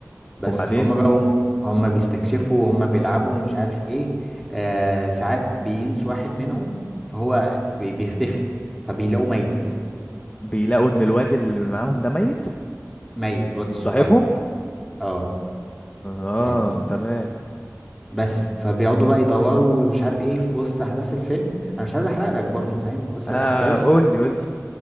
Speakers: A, in the centre; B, on the left (about 25°).
A: بس
B: وبعدين
A: فهم بقى هم, هم بيستكشفوا وهم بيلعبوا ومش عارف ايه آه ساعات بينسوا واحد منهم فهو بي- بيختفي فبيلاقوه ميت
B: بيلاقوا ان الواد اللي معاهم ده ميت
A: ميت الواد الصغير
B: صاحبهم
A: اه
B: اه
A: فاهمني
B: تمام
A: بس فبيقعدوا بقى يدوروا ومش عارف ايه في وسط احداث الفيلم انا مش عايز احرق لك برضو فاهم في وسط
B: اه
A: الاحداث
B: قول لي قول لي